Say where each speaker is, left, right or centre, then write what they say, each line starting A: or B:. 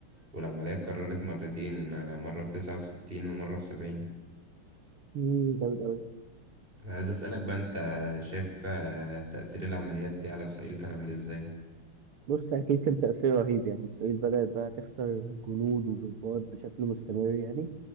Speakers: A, on the right (about 25°); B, on the right (about 80°).
A: والعملية اتكررت مرتين آه، مرة في تسعة وستين ومرة في سبعين
B: مم، جامد قوي
A: أنا عايز أسألك بقى أنت شايف آه، تأثير العمليات دي على إسرائيل كان عامل إزاي؟
B: بص اكيد كان تاثير رهيب يعني اسرائيل بدات بقى تخسر جنود وضباط بشكل مستمر يعني